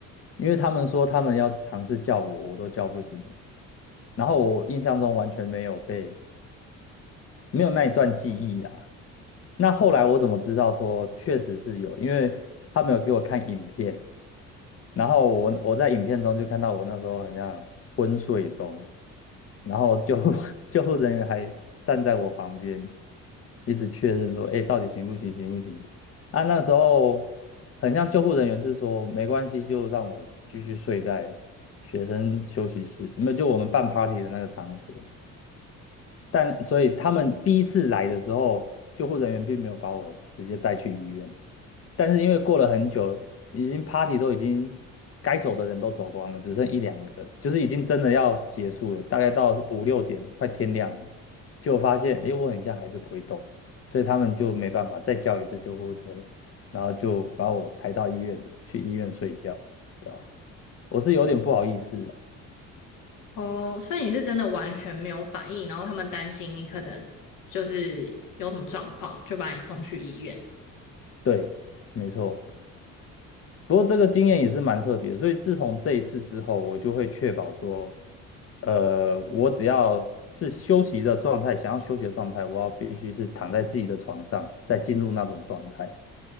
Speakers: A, on the left; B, on the left.
A: 因为他们说他们要尝试叫我，我都叫不醒，然后我印象中完全没有被没有那一段记忆啦。那后来我怎么知道说确实是有？因为他们有给我看影片，然后我我在影片中就看到我那时候很像昏睡中，然后救护 <laughs> 救护人员还站在我旁边，一直确认说，哎，到底行不行，行不行？啊，那时候很像救护人员是说没关系，就让我继续睡在学生休息室，没有，就我们办 party 的那个场所。但所以他们第一次来的时候，救护人员并没有把我直接带去医院，但是因为过了很久，已经 party 都已经该走的人都走光了，只剩一两个，就是已经真的要结束了，大概到五六点，快天亮了，就发现哎，我很像还是不会动，所以他们就没办法再叫一次救护车，然后就把我抬到医院去医院睡觉，对吧？我是有点不好意思啊，
B: 哦，所以你是真的完全没有反应，然后他们担心你可能就是有什么状况，就把你送去医院。
A: 对，没错。不过这个经验也是蛮特别的所以自从这一次之后，我就会确保说，呃，我只要是休息的状态，想要休息的状态，我要必须是躺在自己的床上，再进入那种状态。